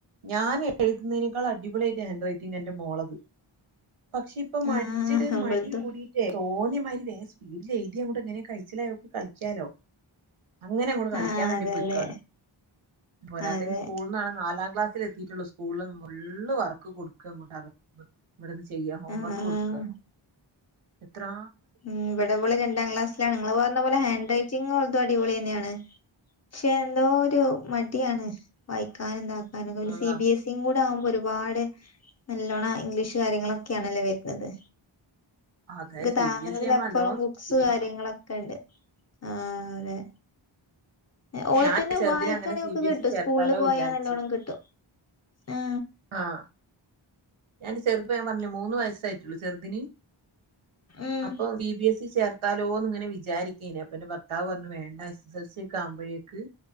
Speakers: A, on the right; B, on the left.
A: ഞാൻ എഴുതുന്നതിനേക്കാൾ അടിപൊളിയായിട്ട് ഹാൻഡ് റൈറ്റിംഗ എന്റെ മോളത് പക്ഷെ ഇപ്പ മടിച്ചിട്ട
B: ആഹ് ഇവൾതും
A: മടി കൂടിട്ടേ തോന്നിയമാരി വേ സ്പീഡിൽ എഴുതിയ കൂടെ എങ്ങനെ കഴിച്ചിലോക്ക് കളിക്കാലോ അങ്ങനെ അങ്ങോട് കളിക്കാൻ
B: ആഹ്
A: വേണ്ടി
B: അതെ
A: പോയിക്കാണ്
B: അതെ
A: പോരാത്തേന്
B: അതെ
A: നാലാം ക്ലാസ്സൽ എത്തീട്ടുള്ളൂ സ്കൂൾല് ഫുള്ള് വർക്ക് കൊടുക്ക <unintelligible> ഇവിടെന്ന് ചെയ്യ ഹോംവർക്ക്
B: ആഹ്
A: കൊടുക്ക എത്രാ
B: ഉം ഇവടെവള് രണ്ടാം ക്ലാസ്സിലാണ് നിങ്ങള് പറഞ്ഞ പോലെ ഹാൻഡ്ററ്റിങ് ഉള്ളതും അടിപൊളി തന്നെയാണ് പക്ഷെ എന്തോ ഒരു മടിയാണ് വായിക്കാനും ഇതാക്കാനും ഒക്കെ
A: അതാ
B: സി ബി എസ് ഇ കൂടെ ആവുമ്പോ ഒരുപാട് നല്ലോണം ഇംഗ്ലീഷ് കാര്യങ്ങളൊക്കെയാണല്ലേ വരുന്നത്
A: അതെ സി
B: താങ്ങുന്നതില
A: ബി എസ് ഇ ആവുമ്പോ
B: അപ്പഴും
A: നല്ലോണം
B: ബുക്സ്
A: ശ്രദ്ധിക്കണം
B: കാര്യങ്ങളൊക്കെണ്ട് ആ അതെ ഓള
A: ഞാൻ
B: തന്നെ
A: ചെറുതിനെ
B: വായിക്കാണെ
A: അങ്ങനെ സി
B: ഒക്ക്
A: ബി
B: കിട്ടും
A: എസ് ഇ ചേർത്താലോ
B: സ്കൂളിൽ പോയാ
A: വിചാരിച്ച്
B: നല്ലോണം കിട്ടും ആ
A: ആഹ് ഞാൻന്റെ ചെറുപ്പ ഞാൻ പറഞ്ഞേ മൂന്ന് വയസായിട്ടുള്ളൂ ചെറുതിന്
B: ഉം
A: അപ്പൊ സി ബി എസ് ഇ ചേർ ഭർത്താലോന്ന് ഇങ്ങനെ വിചാരിക്കേനെ അപ്പൊ എന്റെ ഭർത്താവ് പറഞ്ഞു വേണ്ട എസ് എസ് എൽ സ ഒക്ക ആവുമ്പോഴേക്ക്